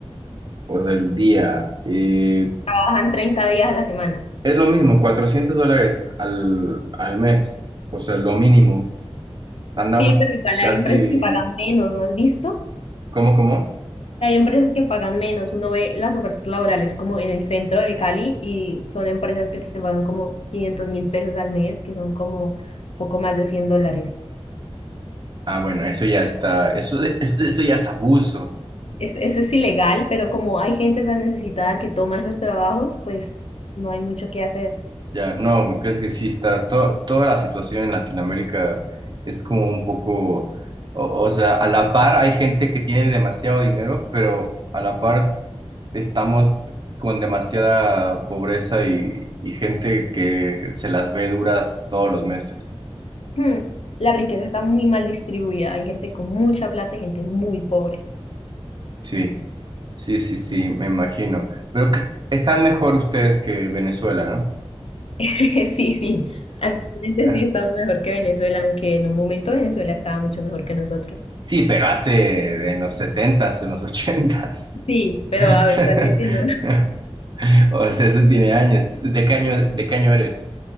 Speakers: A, on the right (about 45°); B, on the left (about 70°).
A: o sea, el día. Eh,
B: Trabajan treinta días a la semana.
A: es lo mismo, 400 dólares al, al mes, o sea, lo mínimo. Andamos
B: Sí, pero igual
A: casi,
B: hay empresas que pagan menos, ¿no has visto?
A: ¿cómo, cómo?
B: Hay empresas que pagan menos. Uno ve las ofertas laborales como en el centro de Cali y son empresas que te pagan como quinientos mil pesos al mes, que son como poco más de 100 dólares.
A: Ah, bueno, eso ya está, eso, eso, eso ya es abuso.
B: Es, eso es ilegal, pero como hay gente tan necesitada que toma esos trabajos, pues no hay mucho que hacer.
A: Ya, no, me parece que sí está, to- toda la situación en Latinoamérica es como un poco, o, o sea, a la par hay gente que tiene demasiado dinero, pero a la par estamos con demasiada pobreza y, y gente que se las ve duras todos los meses.
B: Hmm, La riqueza está muy mal distribuida. Hay gente con mucha plata y gente muy pobre.
A: Sí, sí, sí, sí, me imagino. Pero que- están mejor ustedes que Venezuela, ¿no?
B: <laughs> Sí, sí. Actualmente
A: <laughs>
B: sí estamos mejor que Venezuela, aunque en un momento Venezuela estaba mucho mejor que nosotros.
A: Sí, pero hace en los setentas, en los ochentas.
B: Sí, pero
A: <laughs>
B: actualmente no.
A: O sea, eso tiene años. ¿De qué año, de qué año eres?